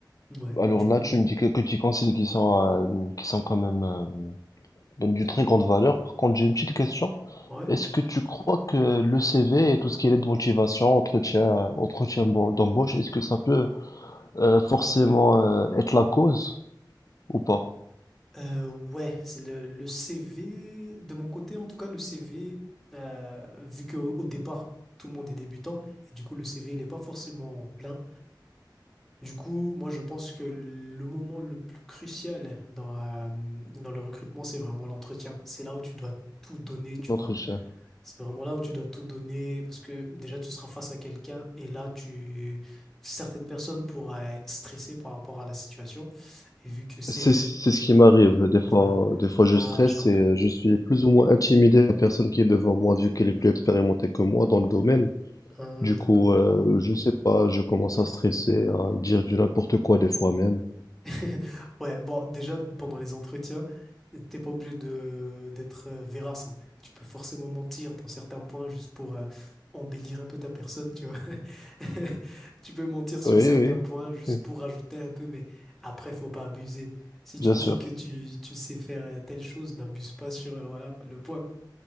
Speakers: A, in the centre; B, on the left (about 45°).
A: Ouais,
B: Alors
A: du coup,
B: là, tu me dis quelques petits conseils qui sont, euh, qui sont quand même euh, donnent d'une très grande valeur. Par contre, j'ai une petite question.
A: ouais.
B: Est-ce que tu crois que le CV et tout ce qui est lettre de motivation, entretien, entretien bon- d'embauche, est-ce que ça peut Euh, forcément euh, être la cause ou pas,
A: Euh, ouais, c'est le, le CV, de mon côté en tout cas, le CV, euh, vu qu'au au départ, tout le monde est débutant, et du coup, le CV, il n'est pas forcément plein. Du coup, moi, je pense que le moment le plus crucial dans, euh, dans le recrutement, c'est vraiment l'entretien. C'est là où tu dois tout donner, tu
B: notre
A: vois.
B: chien.
A: C'est vraiment là où tu dois tout donner parce que déjà, tu seras face à quelqu'un et là, tu... certaines personnes pourraient stresser par rapport à la situation. Et vu que c'est...
B: C'est c'est ce qui m'arrive. Des
A: Bon,
B: fois,
A: Voilà.
B: des fois,
A: Ah,
B: je stresse
A: je comprends.
B: et euh, je suis plus ou moins intimidé par la personne qui est devant moi, vu qu'elle est plus expérimentée que moi dans le domaine.
A: Ah,
B: Du
A: d'accord.
B: coup, euh, je sais pas, je commence à stresser, à dire du n'importe quoi des fois même.
A: <laughs> Ouais, bon, déjà, pendant les entretiens, t'es pas obligé de d'être euh, vérace, hein. Tu peux forcément mentir dans certains points juste pour euh, embellir un peu ta personne, tu vois. <laughs> Tu peux mentir sur
B: Oui, oui,
A: certains points juste
B: oui,
A: pour rajouter un peu, mais après, faut pas abuser. Si
B: bien
A: tu dis
B: sûr.
A: que tu, tu sais faire euh, telle chose, n'abuse pas sur, euh, voilà, quoi, le point.